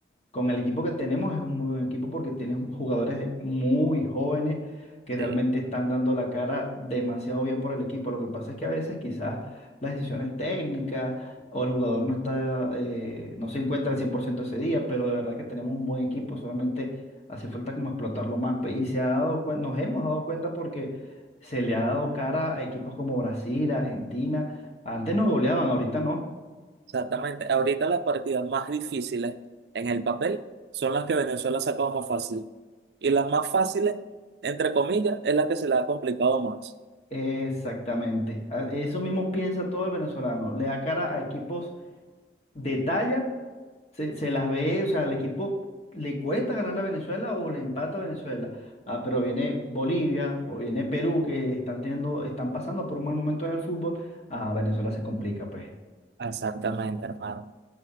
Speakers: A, on the left (about 35°); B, on the right (about 70°).
A: con el equipo que tenemos es un muy buen equipo porque tienes jugadores muy jóvenes que realmente
B: Sí,
A: están dando la cara demasiado bien por el equipo. Lo que pasa es que a veces quizás las decisiones técnicas o el jugador no está, eh, no se encuentra al 100% ese día, pero de verdad que tenemos un buen equipo, solamente hace falta como explotarlo más. pe- Y se ha dado cuen- nos hemos dado cuenta porque se le ha dado cara a equipos como Brasil, Argentina. Antes nos goleaban, ahorita no.
B: exactamente. Ahorita las partidas más difíciles en el papel son las que Venezuela ha sacado más fácil. Y las más fáciles, entre comillas, es la que se le ha complicado más.
A: Exactamente. A- Eso mismo piensa todo el venezolano. Le da cara a equipos de talla, se, se las ve, o sea, al equipo le cuesta ganar a Venezuela o le empata a Venezuela. Ah, pero viene Bolivia o viene Perú que están teniendo, están pasando por un mal momento en el fútbol. A Venezuela se complica, pues.
B: Exactamente, hermano.